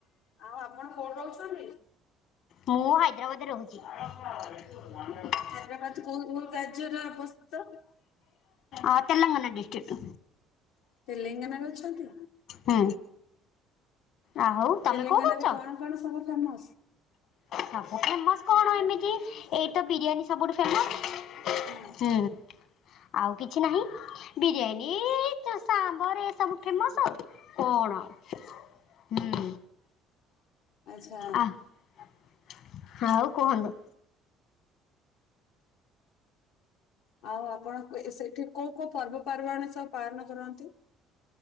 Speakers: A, on the left; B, on the left.
A: ଆଉ ଆପଣ କୋଉଠି ରହୁଛନ୍ତି?
B: ମୁଁ ହାଇଦ୍ରାବାଦରେ ରହୁଛି।
A: ହାଇଦ୍ରାବାଦ କୋଉ କୋଉ ରାଜ୍ୟରେ ଅବସ୍ଥିତ?
B: ଆଁ ତେଲଙ୍ଗାନା ଡିଷ୍ଟ୍ରିକ୍ଟ୍
A: ତେଲେଙ୍ଗାନାରେ ଅଛନ୍ତି
B: ଟୁ। ଆ ହଉ ତମେ
A: ତେଲେଙ୍ଗାନାରେ
B: କୋଉଠି ରହୁଚ?
A: କଣ କଣ ସବୁ ଫେମସ୍?
B: ସବୁ ଫେମସ୍ କଣ ଏମିତି? ଏଇଠିତ ବିରିୟାନୀ ସବୁଠୁ ଫେମସ୍।
A: ହଁ
B: ହୁଁ, ଆଉ କିଛି ନାହିଁ। ବିରିୟାନୀ-ଇ, ସାମ୍ବର ଏ ସବୁ ଫେମସ୍ ଆଉ, କଣ ଆଉ? ହୁଁ,
A: ଆଚ୍ଛା
B: ଆଃ ଆଉ କୁହନ୍ତୁ?
A: ଆଉ ଆପଣ ସେଠି କୋଉ କୋଉ ପର୍ବପର୍ବାଣୀ ସବୁ ପାଳନ କରନ୍ତି?